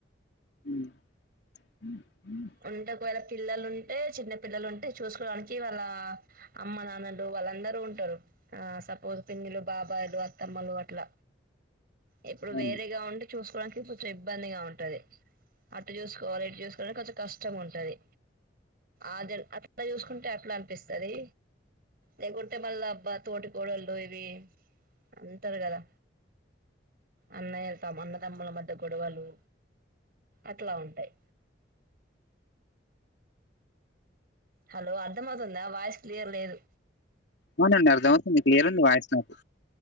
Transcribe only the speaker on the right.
అంటే ఒకవేళ పిల్లలు ఉంటే చిన్న పిల్లలుంటే చూసుకోవడానికి వాళ్ళ. అమ్మ నాన్నలు వాళ్ళందరూ ఉంటారు. ఆ సపోజ్ పిన్నులు బాబాయ్ల్ అత్తమ్మలు అట్ల. ఇప్పుడు
వేరేగా ఉంటే చూసుకోవడానికి కొంచెం ఇబ్బందిగా ఉంటది. అటు చూసుకోవాలే ఇటు చూసు. కొంచం కష్టం ఉంటది. అది అట్లా చూసుకుంటే అట్లా అనిపిస్తది. లేకుంటే మళ్ళా అబ్బా. తోటి కోడళ్ళు ఇవి అంటరు కదా. అన్నయ్యల తో అన్నదమ్ముల మధ్య గొడవలు. అట్లా ఉంటాయి. హలో అర్థమవుతుందా, వాయిస్ క్లియర్ లేదు.